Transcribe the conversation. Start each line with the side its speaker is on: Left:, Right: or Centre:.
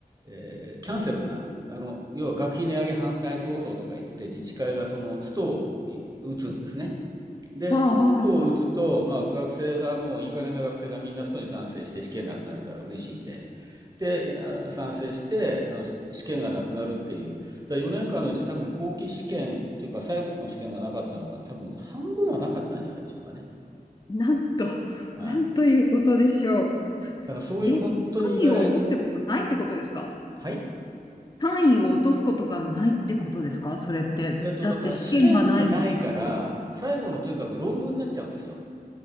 Right: えーキャンセルになる。あの要は学費値上げ反対闘争とか言って自治会がそのストをい打つんですね。で、
Left: あ、はあ、
Right: ストを打つと、
Left: はあ。
Right: まあ、学生がもういい加減な学生がみんなストに賛成して試験なくなるから嬉しいんで、で、あ賛成してあの試験がなくなるっていう、だから4年間のうち多分後期試験というか最後の試験がなかったのが多分半分はなかったんじゃないでしょうかね。
Left: なんと、
Right: はい。
Left: なんということでしょう。
Right: だからそういう本当にいい加減、
Left: え、単位を落とすってことがないってことですか
Right: はい。
Left: 単位を落とすことがないってことですかそれって。
Right: えっと、
Left: だって試験がないんでしょ
Right: だから試験でないから、最後のとにかく論文になっちゃうんですよ。